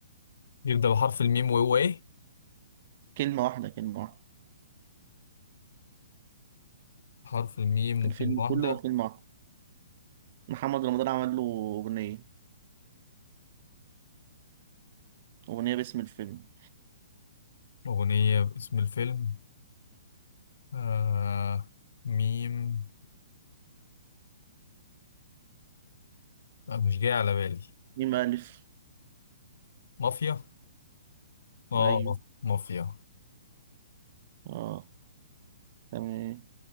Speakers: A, on the left; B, on the right.
A: يبدأ بحرف الميم وهو إيه؟
B: كلمة واحدة كلمة واحدة
A: حرف الميم
B: الفيلم
A: وكلمة واحدة
B: كله هو فيلم واحد محمد رمضان عمل له أغنية أغنية باسم الفيلم
A: أغنية باسم الفيلم آه ميم آه، مش جاي على بالي
B: مين مؤلف
A: مافيا اه
B: أيوه
A: مافيا
B: آه تمام